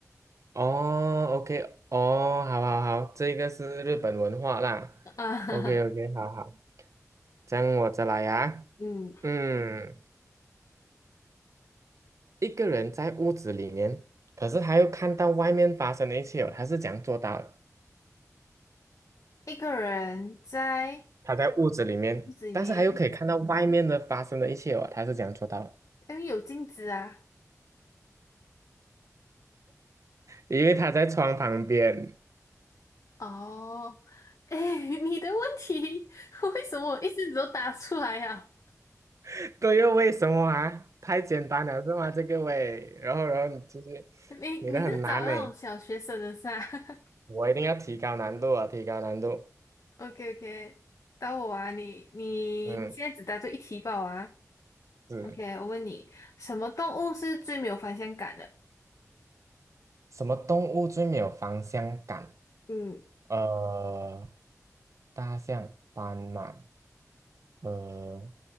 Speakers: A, on the right (about 60°); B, on the left (about 70°).
A: 哦，OK，哦，好好好，这个是日本文化啦。
B: <laughs> 啊，
A: o k o k 好好，这样我再来啊。
B: 嗯，
A: 嗯，一个人在屋子里面，可是他又看到外面发生的一切哦，他是怎样做到的？
B: 一个人在
A: 他在屋子里面，
B: 屋子里面，
A: 但是他又可以看到外面的发生的一切哦，他是怎样做到的？
B: 因为有镜子啊。
A: 因为他在窗旁边。
B: 哦，哎，你的问题 <laughs> 为什么我一直都答出来呀、
A: <laughs> 对又为什么啊？太简单了是吗？这个喂，然后然后你其实
B: 你你是找那种小学生的是吧
A: 你的很难呢，
B: <laughs>
A: 我一定要提高难度啊，提高难度。
B: o k o k <laughs> 到我啊，你你现在只答对一题吧我啊。
A: 嗯，是
B: OK，我问你，什么动物是最没有方向感的？
A: 什么动物最没有方向感？
B: 嗯，
A: 呃，大象、斑马，呃，